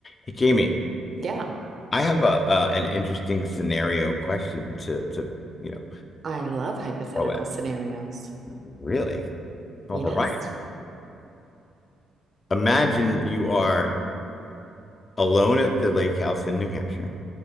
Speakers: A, on the left (about 35°); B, on the right (about 45°).
A: Hey, Jamie,
B: Yeah,
A: I have a uh, an interesting scenario question to to you know
B: I love hypothetical
A: throw at
B: scenarios.
A: you. Really? All
B: Yes.
A: right. Imagine you are alone at the lake house in New Hampshire.